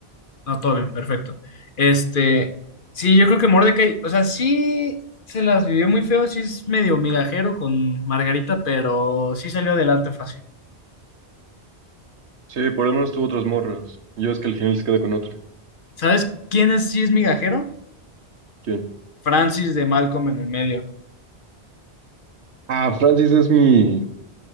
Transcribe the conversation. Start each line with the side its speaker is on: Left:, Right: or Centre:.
Left: No, todo bien, perfecto. Este, sí, yo creo que Mordecai, o sea, sí se las vivió muy feo, sí es medio migajero con Margarita, pero sí salió adelante fácil.
Right: Sí, por lo menos tuvo otras morras. Yo es que al final se queda con otra.
Left: ¿Sabes quién es, sí es migajero?
Right: ¿Quién?
Left: Francis de Malcolm en el medio.
Right: Ah, Francis es mi